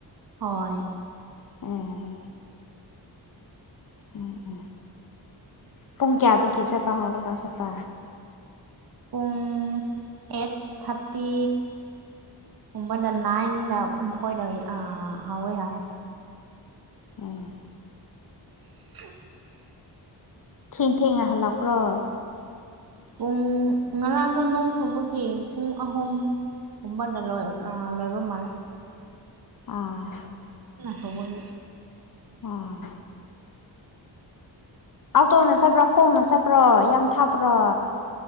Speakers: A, on the right; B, on the left.
A: ꯍꯣꯏ
B: ꯑꯣ ꯎꯝ ꯎꯝ ꯄꯨꯡ ꯀꯌꯥꯗꯒꯤ ꯆꯠꯄ ꯍꯧꯔꯒ ꯆꯠꯄꯦ
A: ꯄꯨꯡ ꯑꯦꯠ ꯊꯥꯔꯇꯤ ꯀꯨꯝꯕꯗ ꯅꯥꯏꯟꯗ ꯃꯈꯣꯏꯗ ꯍꯧꯥꯎꯋꯦ ꯍꯥꯏ
B: ꯑꯣꯝ
A: <unintelligible>
B: ꯊꯦꯡ ꯊꯦꯡꯅꯍꯜꯂꯛꯄ꯭ꯔꯣ
A: ꯄꯨꯡ ꯉꯔꯥꯡꯗꯣ ꯅꯣꯡ ꯁꯨꯕꯒꯤ ꯄꯨꯡ ꯑꯍꯨꯝ ꯀꯕꯗ ꯂꯣꯏ ꯑ ꯂꯣꯏꯕ ꯃꯦꯀꯥꯟ
B: ꯑꯥ
A: ꯅꯧꯕꯒ
B: ꯑꯥ ꯑꯥꯎꯇꯣꯡꯅ ꯆꯠꯄ꯭ꯔꯣ ꯈꯣꯡꯅ ꯆꯠꯄ꯭ꯔꯣ ꯌꯥꯝ ꯊꯥꯞꯄ꯭ꯔꯣ